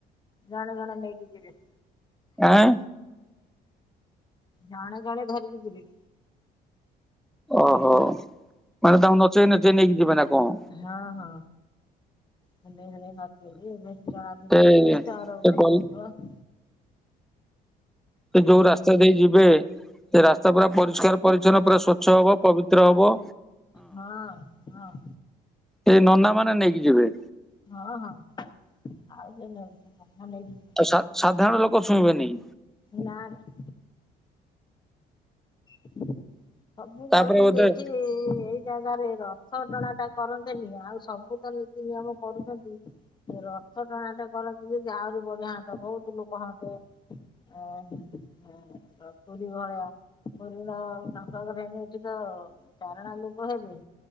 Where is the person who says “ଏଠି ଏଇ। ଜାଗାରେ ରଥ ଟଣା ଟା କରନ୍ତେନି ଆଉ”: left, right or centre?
Left